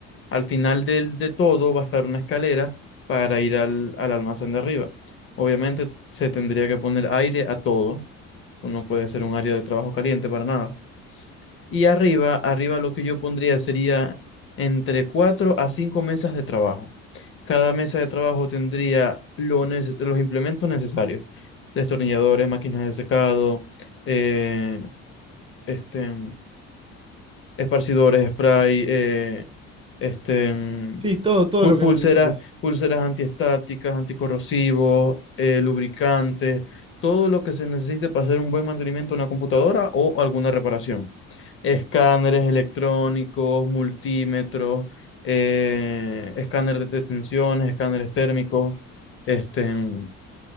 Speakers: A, on the left; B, on the right.
A: al final del, de todo va a estar una escalera para ir al, al almacén de arriba. Obviamente se tendría que poner aire a todo. No puede ser un área de trabajo caliente para nada. Y arriba, arriba lo que yo pondría sería entre 4 a 5 mesas de trabajo. Cada mesa de trabajo tendría lo neces- los implementos necesarios. Destornilladores, máquinas de secado, eh, este, esparcidores, spray, eh, este, mm,
B: Sí, todo, todo
A: pu-
B: lo
A: pulseras,
B: que necesites.
A: pulseras antiestáticas, anticorrosivos, eh, lubricantes, todo lo que se necesite para hacer un buen mantenimiento de una computadora o alguna reparación. Escáneres electrónicos, multímetros, eh, escáner de tensiones, escáneres térmicos. Este, mm,